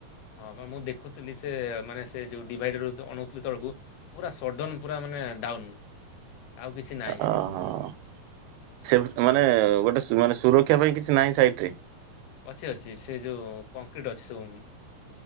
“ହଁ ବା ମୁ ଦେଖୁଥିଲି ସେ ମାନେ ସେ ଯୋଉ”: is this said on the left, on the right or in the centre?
Left